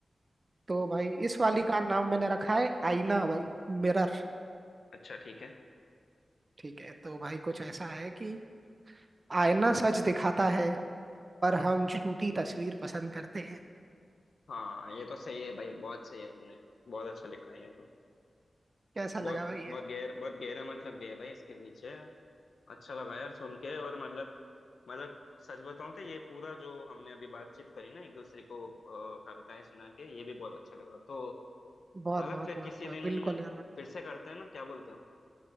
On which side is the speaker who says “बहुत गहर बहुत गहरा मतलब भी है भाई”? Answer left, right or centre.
Left